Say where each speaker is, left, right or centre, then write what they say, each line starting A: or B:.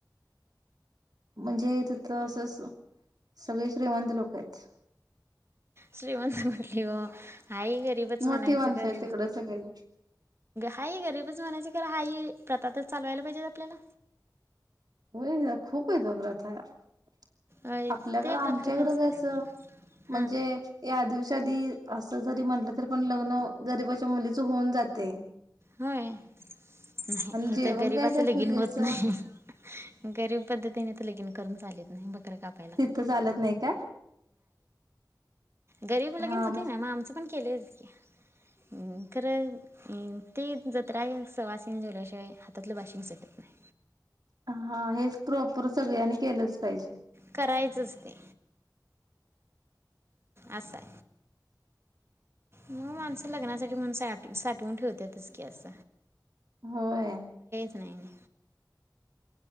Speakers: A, on the right (about 65°); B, on the right (about 35°).
A: म्हणजे तिथं अस स सगळे श्रीमंत लोक आहेत?
B: श्रीमंत म <unintelligible> हाई गरीबच
A: मोठी
B: म्हणायचं
A: माणसं
B: खर,
A: आहेत तिकडं सगळी
B: हाय गरीबच म्हणायचं खर हाई प्रथा तर चालवायला पाहिजेत आपल्याला.
A: होय गं. खूपाय गभरा आता --
B: अ
A: आपल्याकड
B: ते
A: आमच्याकडं
B: प्रत्येकाचं
A: कस म्हणजे
B: हां
A: आदिवरशादी असं जरी म्हटलं तरी पण लग्न गरीबाच्या मुलीच होऊन जातयं.
B: होय. नाही हित
A: जेवण
B: गरीबाच
A: काय ते
B: लगीन
A: पूजेच
B: होत नाही. गरीब पद्धतीने -- लगीन करून चालत नाही. बकर -- कापाय लागतय.
A: तिथं चालत नाही काय
B: गरीब लगिन
A: हा
B: होतेय
A: मग
B: ना. म आमच पण केलयचं कि अ खरं अ -- ती जत्रा हि सवसणी जेवल्याशिवाय हातातलं बाशिंग सुटत नाही.
A: हा. हेच प्रॉपर सगळ्यांनी केलंच पाहिजे.
B: करायचच ते असाय. म माणसं लग्नासाठी म्हणुन साठ साठवून ठेवत्यातच की अस.
A: होय.
B: नाही नाही.